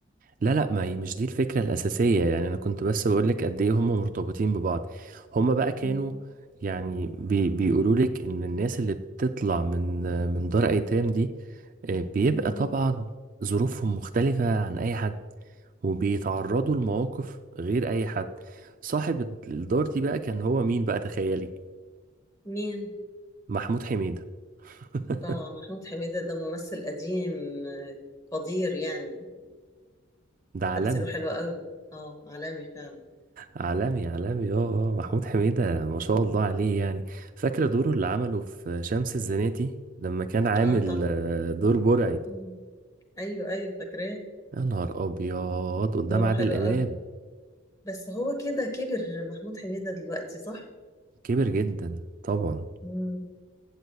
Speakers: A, on the right; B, on the left.
A: لا لا ما هي مش دي الفكرة الأساسية يعني أنا كنت بس بقولك قد إيه هم مرتبطين ببعض هم بقى كانوا
B: مم.
A: يعني بي بيقولوا لك إن الناس اللي بتطلع من من دار أيتام دي آه، بيبقى
B: مم.
A: طبعا ظروفهم مختلفة عن أي حد وبيتعرضوا لمواقف غير اي حد صاحب الدار دي بقى كان هو مين بقى تخيلي
B: مين؟
A: محمود حميدة <laughs>
B: اه محمود حميدة ده ممثل قديم آه، قدير يعني
A: ده عالمي
B: تمثيله حلو قوي اه عالمي فعلا
A: عالمي عالمي اه اه محمود حميدة ما شاء الله عليه يعني فاكرة دوره اللي عمله في شمس الزناتي لما كان عامل
B: اه طبعا
A: آه، دور برعي
B: مم. ايوه ايوه فاكراه
A: يا نهار أبيض قدام
B: دوره
A: عادل
B: حلو
A: إمام
B: قوي بس هو كده كبر محمود حميدة دلوقتي صح؟
A: كبر جدا طبعا
B: مم.